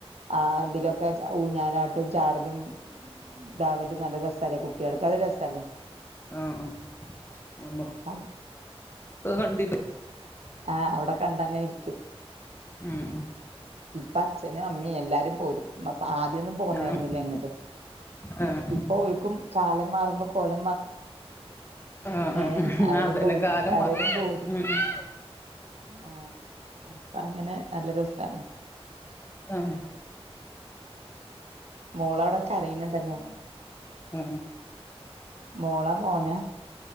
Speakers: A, on the right (about 80°); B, on the left (about 25°).
A: ആ ഇതില ഒക്കെ ഊഞ്ഞാനാട്ടും ചാടലും ദാ വര് നല്ല രസ കുട്ടികൾക്ക് അത് രസല്ലേ
B: ആ ആ ഞമ്മ
A: അപ്പ
B: കണ്ടി <unintelligible>
A: ആ അവിടെ കണ്ടങ്ങനെ ഇരിക്കും
B: ഉം
A: ഇപ്പൊ അച്ഛനും അമ്മിയ എല്ലാരും പോരും ആദ്യൊന്നും പോന്നരുന്നില്ല
B: ആഹ്
A: എങ്ങോട്ടും
B: ആഹ്
A: ഇപ്പൊഓര്ക്കും കാല മാറ്മ്പോ കോല
B: ആഹ്
A: ഏ
B: ആഹ്
A: അവരും
B: അതന്നെ
A: പോലും
B: കാലം
A: അവരും
B: മാറി
A: പോരും
B: ഉം ഉം
A: ആ അപ്പ അങ്ങനെ നല്ല രസമാണ്
B: ആഹ്
A: മോള അവിടെക്കെ കരയുന്നുണ്ടല്ലോ
B: ആ
A: മോള മോനാ